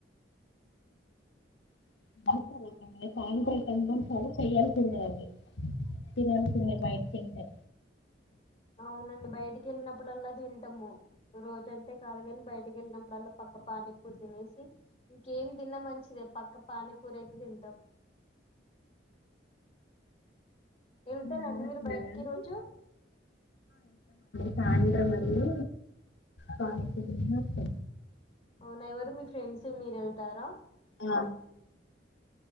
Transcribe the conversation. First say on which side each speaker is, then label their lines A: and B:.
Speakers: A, on the left; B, on the left.
A: <unintelligible> సాయంత్రం కంపల్సరీ చేయాల్సిందే అది, తినాల్సిందే బయటికెళ్తే.
B: అవునండి బయటకి వెళ్ళినప్పుడల్లా తింటము, రోజంటే కాదు కని బయటకి ఎళ్ళినప్పుడల్లా పక్క పానీపూరి తినేసి, ఇంకేం తిన్నా మంచిదే పక్క పానీపూర అయితే తింటాం. వెళ్తరండి
A: అలవాటు
B: మీరు
A: ఉన్నదా
B: బయటకి
A: అండి
B: ఈ రోజు.
A: సాయసత్రం వెళ్లి పానీపూరి తిని వస్తం.
B: అవునా ఎవరు మీ ఫ్రెండ్స్ మీరు వెళ్తారా?
A: ఆ